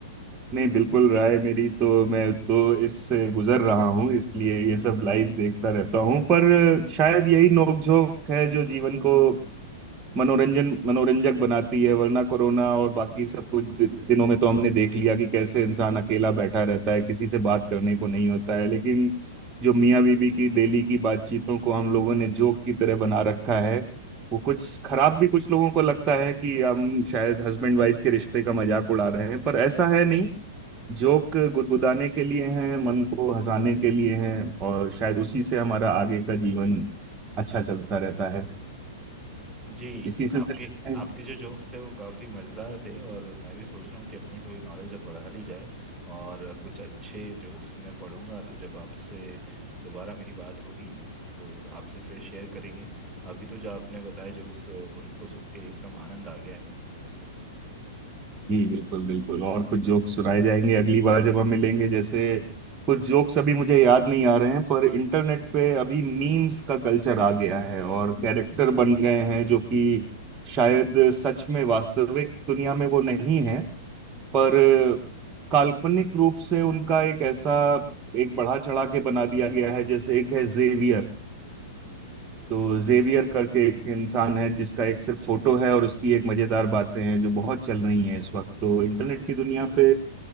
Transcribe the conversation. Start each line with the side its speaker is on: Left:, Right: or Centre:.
Right: नहीं बिल्कुल राय मेरी तो मैं तो इससे गुजर रहा हूँ इसलिए ये सब लाइव देखता रहता हूँ पर शायद यही नोकझोंक है जो जीवन को मनोरंजन मनोरंजक बनाती है वरना कोरोना और बाकी सब कुछ दि- दिनों में तो हमने देख लिया कि कैसे इंसान अकेला बैठा रहता है किसी से बात करने को नहीं होता है लेकिन जो मियाँ बीबी की डेली की बातचीतों को हम लोगों ने जोक की तरह बना रखा है वो कुछ खराब भी कुछ लोगों को लगता है कि हम शायद हस्बैंड वाइफ के रिश्ते का मजाक उड़ा रहे हैं पर ऐसा है नहीं जोक गुदगुदाने के लिए हैं मन को हंसाने के लिए हैं और शायद उसी से हमारा आगे का जीवन अच्छा चलता रहता है
Centre: जी
Right: इसी सिलसिले
Centre: आपके
Right: में
Centre: आपके जो जोक्स थे वो काफ़ी मज़ेदार थे और मैं भी सोच रहा हूँ कि अपनी थोड़ी नॉलेज अब बढ़ा ली जाए और कुछ अच्छे जोक्स मैं पढ़ूंगा तो जब आपसे दोबारा मेरी बात होगी तो आपसे फिर शेयर करेंगे अभी तो जो आपने बताया जोक्स उनको सुन के एकदम आनंद आ गया है
Right: जी बिल्कुल बिल्कुल और कुछ जोक्स सुनाए जाएंगे अगली बार जब हम मिलेंगे जैसे कुछ जोक्स अभी मुझे याद नहीं आ रहे हैं पर इंटरनेट पे अभी मीम्स का कल्चर आ गया है और कैरेक्टर बन गए हैं जो कि शायद सच में वास्तविक दुनिया में वो नहीं है पर काल्पनिक रूप से उनका एक ऐसा एक बढ़ा चढ़ा के बना दिया गया है जैसे एक है जेवियर तो जेवियर करके एक इंसान है जिसका एक सिर्फ फोटो है और उसकी एक मजेदार बातें हैं जो बहुत चल रही हैं इस वक्त तो इंटरनेट की दुनिया पे